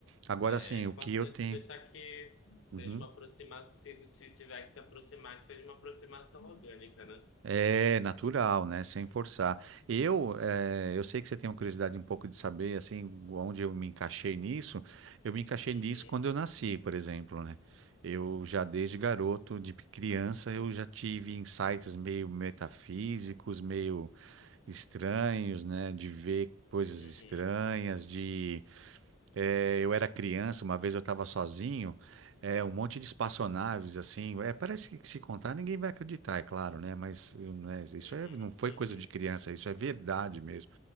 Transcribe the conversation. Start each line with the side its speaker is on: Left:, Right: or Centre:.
Right: Agora,
Left: É
Right: assim, o
Left: importante
Right: que eu tenho
Left: deixar que seja
Right: Uhum.
Left: uma aproximação, se se tiver que se aproximar, que seja uma aproximação orgânica, né?
Right: é natural, né? Sem forçar. Eu, eh, eu sei que você tem uma curiosidade um pouco de saber, assim, onde eu me encaixei nisso. Eu me encaixei
Left: Uhum,
Right: nisso quando eu nasci, por exemplo, né? Eu já desde garoto, de criança, eu já tive insights meio metafísicos, meio estranhos, né? De ver coisas
Left: uhum,
Right: estranhas, de É, eu era criança, uma vez eu estava sozinho, é, um monte de espaçonaves, assim, é, parece que se contar ninguém vai acreditar, é claro, né? Mas eu, né, isso
Left: uhum.
Right: é, não foi
Left: <laughs>
Right: coisa de criança, isso é verdade mesmo.